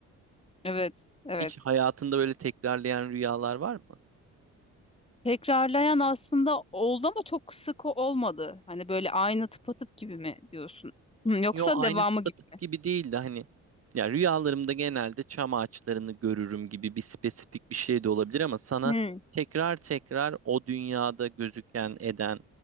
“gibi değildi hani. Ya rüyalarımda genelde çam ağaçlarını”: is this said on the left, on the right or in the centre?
Right